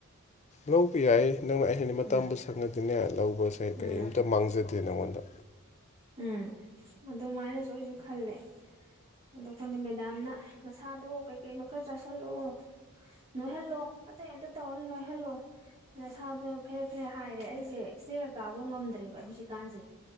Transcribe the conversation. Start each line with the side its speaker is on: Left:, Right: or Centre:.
Left: ꯂꯧꯕ ꯌꯥꯢ ꯅꯪꯅ ꯑꯍꯦꯟ ꯃꯇꯝꯕꯨ
Right: ꯎꯝ
Left: ꯁꯪꯉꯗꯤꯅꯦ ꯂꯧꯕꯁꯦ ꯀꯔꯤꯝꯇ
Right: ꯎꯝ
Left: ꯃꯥꯡꯖꯗꯦ ꯅꯪꯉꯣꯟꯗ
Right: ꯎꯝ ꯑꯗꯨꯃꯥꯢꯅꯖꯨ ꯑꯩꯖꯨ ꯈꯜꯂꯦ ꯑꯗꯣ ꯈꯪꯗ ꯃꯦꯗꯥꯝꯅ ꯅꯁꯥꯗꯣ ꯀꯩ ꯀꯩꯅꯣ ꯈꯔ ꯆꯥꯥꯁꯜꯂꯨ ꯅꯣꯢꯍꯜꯂꯣ ꯑꯇꯩ ꯑꯝꯇ ꯇꯧꯔꯅꯣ ꯅꯣꯢꯍꯜꯂꯣ ꯅꯁꯥꯗꯣ ꯐꯦꯔꯦ ꯐꯦꯔꯦ ꯍꯥꯢꯔꯦ ꯑꯩꯁꯦ ꯏꯁꯇꯦꯌꯔ ꯀꯥꯕ ꯉꯝꯗ꯭ꯔꯦꯕ ꯍꯧꯖꯤꯛꯀꯥꯟꯁꯦ